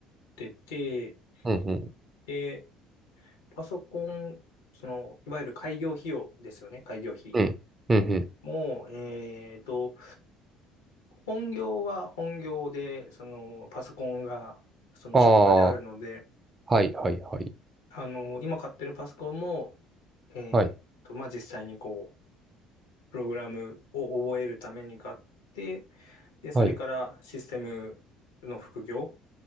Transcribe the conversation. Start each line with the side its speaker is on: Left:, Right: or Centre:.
Left: てて、
Right: うん、うん、
Left: で、パソコン、その、いわゆる開業費用ですよね、開業費
Right: うん、うん、うん。
Left: も、えっと、本業は本業で、そのパソコンがその職場であるので、
Right: ああ、はい、はい、はい。
Left: あの、今買ってるパソコンも、えーっと、
Right: はい、
Left: まあ、実際にこう、プログラムを覚えるために買って、で、それからシステムの副業
Right: はい、